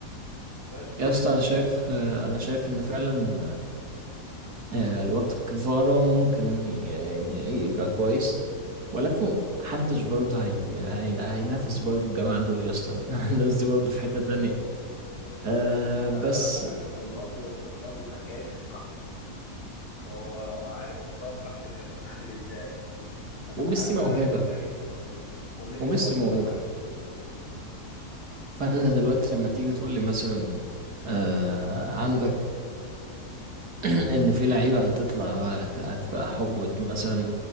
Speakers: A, on the left; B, on the right.
A: بس يعني
B: يا اسطى انا شايف انا شايف ان فعلا آه، الواد كفارا ممكن ي- ي- يبقى كويس ولكن محدش برضه هي... هي... هينافس برضه الجماعة دول يا اسطى <laughs> الناس دي برضه في حتة تانية أه
A: ما هو خلي
B: بس
A: بالك عشان رونالدو رونالدو كان جاي من القحط وهو هو عارف مستوى القحط كان عامل ازاي فاستحالة
B: وميسي
A: كان
B: موهبة
A: عايز يرجع ليه تاني وميسي
B: وميسي
A: برضو
B: موهبة
A: موهبة
B: فأنت دلوقتي لما تيجي تقول لي مثلا أه عندك <clears throat> ان في لعيبه هتطلع وهت- هتبقى حقبه مثلا